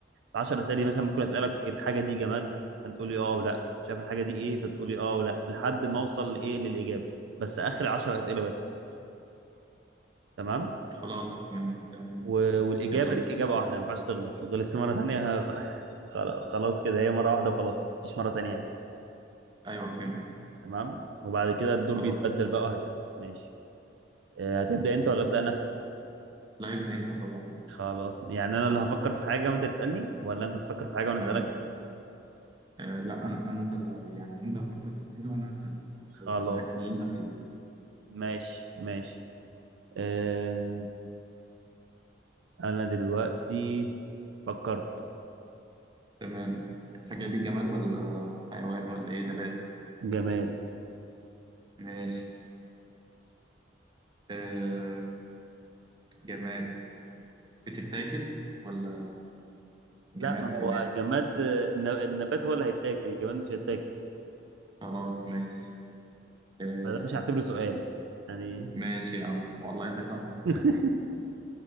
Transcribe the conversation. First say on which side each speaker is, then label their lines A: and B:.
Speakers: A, on the right (about 75°); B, on the right (about 25°).
A: 10 اسئله مثلا ممكن اسالك الحاجه دي جماد فانت تقول لي اه او لا شايف الحاجه دي ايه فتقول لي اه او لا لحد ما اوصل لايه للاجابه بس اخر 10 اسئله بس تمام
B: خلاص تمام تمام
A: و... والاجابه
B: يلا بينا
A: ليك اجابه واحده ما ينفعش تغلط لو غلطت مره ثانيه <laughs> خلاص خلاص كده هي مره واحده وخلاص مفيش مره ثانيه يعني
B: أيوه فهمتك فهمت
A: تمام وبعد كده الدور
B: خلاص
A: بيتبدل بقى وهكذا ماشي آه، هتبدا انت ولا ابدا انا
B: لا يبدأ أنت طبعا
A: خلاص يعني انا اللي هفكر في حاجه وانت تسالني ولا انت تفكر في حاجه وانا
B: تمام
A: اسالك
B: آه لا أنا أنت اللي يعني أنت هتفكر في حاجة وأنا هسألك أو
A: خلاص
B: العكس
A: م-
B: اللي أنت عايزه
A: ماشي ماشي أم... انا دلوقتي فكرت
B: تمام الحاجة دي جماد ولا حيوان ولا إيه نبات
A: جماد
B: ماشي آه جماد بتتاكل ولا جماد
A: لا ما هو
B: جماد
A: جماد آه، الن- النبات هو اللي هيتاكل الجماد مش هيتاكل
B: خلاص ماشي آه
A: فده مش هعتبره سؤال يعني
B: ماشي يا عم والله ده كرم منك
A: <laughs>